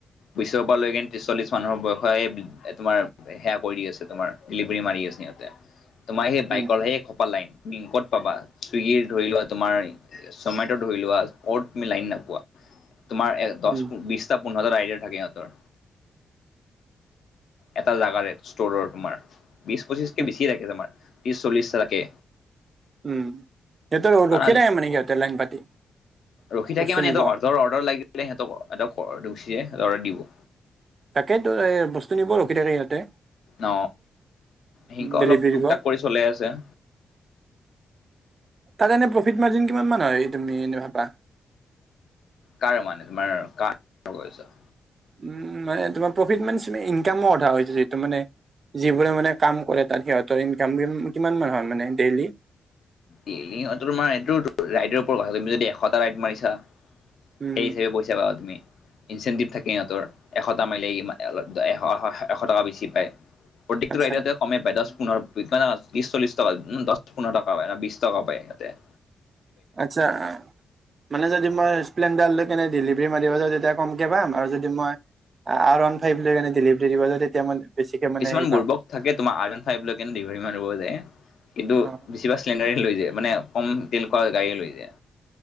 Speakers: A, on the left; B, on the right.
A: বিচৰ পৰা লৈকে ত্ৰিশ চল্লিশ মানুহৰ বয়সৰ এতোমাৰ। সেয়া কৰি আছে তোমাৰ ডেলিভাৰী মাৰি আছে সিহঁতে তোমাৰ সেই বাইকৰ
B: উম।
A: সে লাইটিং তুমি ক'ত পাবা চুইগিৰ ধৰি লোৱা তোমাৰ চমেটটো ধৰি লোৱা ক'ত মি লাইন নাপোৱা। তোমাৰ দহ
B: উম
A: বিশটা পোন্ধৰটা আইডা থাকে সিহঁতৰ। এটা জাগাৰে ষ্টৰৰ তোমাৰ বিশ পঁচিছ কে
B: উম
A: বেছি ৰাখে তোমাৰ। ত্ৰিশ চল্লিশটা থাকে
B: উম সিহঁতৰ
A: কাৰণ
B: ৰখি নাই মানে সিহঁতে লাইন পাতি।
A: ৰখি থাকে
B: বস্তু
A: মানে
B: নিব
A: সিহতৰ ওপৰৰ অৰদাৰ লাগিলে সিহঁত সঁতৰ্ দিব।
B: তাকেইেতো এই বস্তু নিব ৰখি থাকে ইয়াতে।
A: ন সেনেকৈ
B: ডেলিভাৰী
A: অলপ টুক
B: দিব।
A: টাক কৰি চলাই আছে।
B: তাৰ কাৰণে প্ৰফিট মাৰ্জিন কিমান মান হয় তুমি এনেই ভাবা।
A: কাৰ মানে তোমাৰ গা ধুব গৈছোঁ।
B: উম মানে তোমাৰ প্ৰফিট মানে ইনকামৰ অধা হৈছে যিটো মানে। যিবোৰে মানে কাম কৰে তাত সিহঁতৰ ইনকাম কিমান মান হয় মানে ডেইলি?
A: হঁত তোমাৰ এইটো ৰাইডৰ ওপৰত কথা তুমি যদি এশটা ৰাইড মাৰিছা সেই
B: উম,
A: হিচাপো। জবাব তুমি। ইনচেণ্টিভ থাকে ইহঁতৰ এশটা মাৰিলে ই এশ টকা বেছি পায়। প্ৰত্যকটো
B: আচ্ছা,
A: ৰাইদতে কমে পায় দহ পোন্ধৰছত্ৰিচ চল্লি কা দহ পোন্ধৰ টকা হয় বিশ। চাব পায় ইহঁতে।
B: আচ্ছা আহে। মানে যদি মই স্প্লেণ্ডাৰ লৈ কেনে ডেলিভাৰী মাৰিব যওঁ তেতিয়া কমকে পাম আৰু যদি মই আৰু আন ঠাইত যেতিয়া ডেলিভাৰী দিব যা তেতি মই বেছিকে মানে
A: কিছুমান
B: হেৰি
A: বুৰ্বক
B: পাম।
A: থাকে তোমাৰ আৰএন ফাইভভাৰ তাতে দেলিভাৰি মানুহ বোৰ যায় কিন্তু
B: অ,
A: বেছিভাগ টেন্টৰে লৈ যায় মানে কম তেনেকুৱা গাড়ীয়েই লৈ যায়।